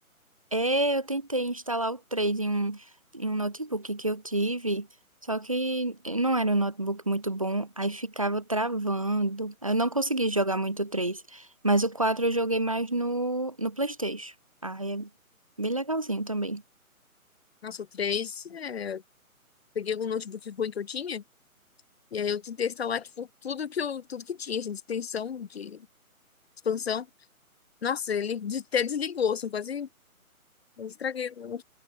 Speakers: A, on the right; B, on the left.
A: É, eu tentei instalar o 3 em um, em um notebook que eu tive, só que não era um notebook muito bom, aí ficava travando. Eu não consegui jogar muito o 3, mas o 4 eu joguei mais no, no PlayStation. Aí é bem legalzinho também.
B: Nossa, o 3, é... peguei um notebook ruim que eu tinha, e aí eu tentei instalar, tipo, tudo que eu, tudo que tinha, assim, de extensão, de expansão. Nossa, ele de- até desligou, assim, quase eu estraguei o